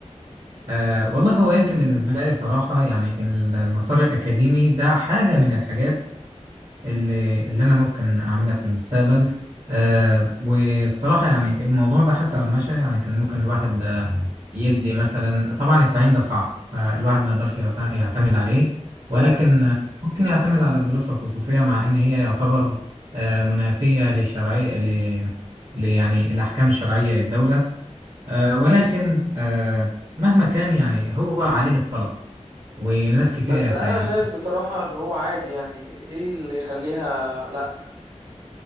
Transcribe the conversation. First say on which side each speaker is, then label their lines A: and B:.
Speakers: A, on the right; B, on the right.
A: أه والله هو يمكن بالنسبة لي صراحة يعني المسار الأكاديمي ده حاجة من الحاجات اللي, اللي أنا ممكن أعملها في المستقبل أه والصراحة يعني الموضوع ده حتى لو مشى يعني كان ممكن الواحد آه، يدي مثلا طبعا التعيين ده صعب فالواحد ما يقدرش يعت- يعتمد عليه ولكن
B: تمام
A: آه، ممكن يعتمد على الدروس الخصوصية مع إن هي يعتبر آه، منافية للشرعية ل ل- يعني الأحكام الشرعية للدولة آه، ولكن آه، مهما كان يعني هو عليه الطلب وناس كتير
B: بس انا
A: يعني
B: شايف بصراحه ان هو عادي يعني ايه اللي يخليها لا